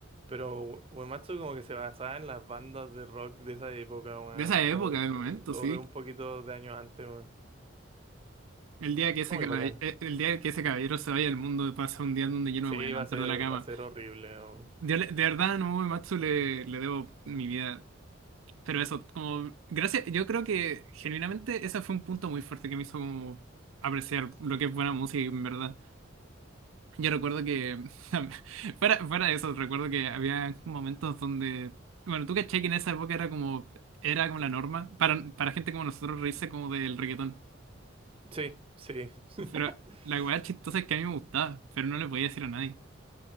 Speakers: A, on the right (about 25°); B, on the right (about 80°).
A: pero Uematsu como que se basaba en las bandas de rock de esa época, weón,
B: de esa época,
A: o, de
B: del momento, sí.
A: o de un poquito de años antes, weón.
B: El día que ese
A: Era muy
B: caballero,
A: bacán.
B: el día que ese caballero se vaya al mundo pasa un día donde yo no
A: Sí,
B: me voy a levantar
A: va a ser,
B: de la cama.
A: va a ser horrible, weón.
B: Yo le- de verdad, no Matsu le, le debo mi vida. Pero eso, como, gracias, yo creo que genuinamente ese fue un punto muy fuerte que me hizo como apreciar lo que es buena música, en verdad. Yo recuerdo que, <laughs> fuera, fuera de eso, recuerdo que había momentos donde, bueno, tú caché que en esa época era como, era como la norma para, para gente como nosotros reírse como del reggaetón.
A: Sí, sí. <laughs>
B: Pero la weá chistosa es que a mí me gustaba, pero no le podía decir a nadie.